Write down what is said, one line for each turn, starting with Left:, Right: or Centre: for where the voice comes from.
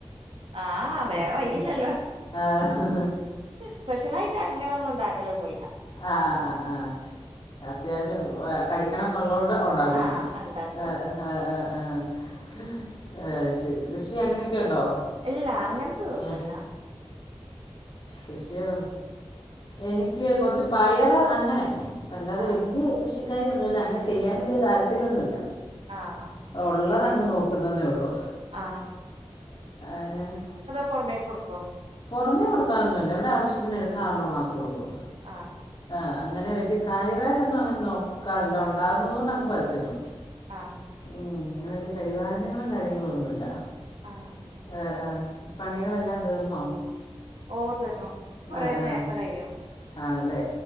Right: ആഹ്
Left: ഉം
Right: വേറെ വയ്യില്ലല്ലോ
Left: ഉം ആഹ്
Right: സ്പെഷ്യലായിട്ട് അങ്ങനെ ഒന്നും ഉണ്ടാക്കലൊന്നുല്ല
Left: ആഹ് ആഹ് ആഹ് ആഹ് അത്യാവശ്യം കഴിക്കണം ന്നുള്ളോണ്ട് ഒ ണ്ടാകുന്നു
Right: ആഹ് ഉണ്ടാക്കും
Left: എഹ് എഹ് എഹ് എഹ് ഏഹ് ശരി കൃഷി അങ്ങനെയൊക്കെ ഉണ്ടോ
Right: ഇല്ല അങ്ങൻത്തെതൊന്നുല്ല
Left: ആ കൃഷിയട എനിക്ക് കുറച്ച് പയർ അങ്ങനെ അല്ലാതെ
Right: ആഹ്
Left: വല്യ കൃഷ് ച്ചക്കായ ഒന്നുല്ല അങ്ങനെ ചെയ്യാനും വല്യ താല്പര്യന്നുല്ല
Right: ആഹ് അഹ്
Left: ഉള്ളതങ്ങ് നോക്കുന്നെന്നേ ഉള്ളു
Right: ആഹ്
Left: അങ്ങനെ
Right: പുറമേ കൊടുക്കോ
Left: പുറമേ കൊടുക്കാനൊന്നുല്ല ഇവിടെ ആവശ്യത്തിന് എടുക്കാനുള്ള മാത്ര ഉള്ളൂ
Right: ആഹ്
Left: ആഹ് അങ്ങനെ വല്യ കാര്യവായിട്ടൊന്നും അങ്ങനെ നോക്കാറില്ല ഉണ്ടാകുന്നതോണ്ട് അങ്ങ് പറിക്കുന്നു
Right: ആഹ്
Left: ഉം അങ്ങനെ വല്യ പരിപാലനങ്ങളും കാര്യങ്ങളുന്നുല്ല
Right: ആഹ് അഹ്
Left: ഏഹ് ഏഹ് പണികളെല്ലാം തീർന്നോ
Right: ഓഹ് തീർന്നു
Left: ന്നെ
Right: കൊറേ
Left: ഏഹ്
Right: നേരത്തെ കഴിയും
Left: ആണല്ലേ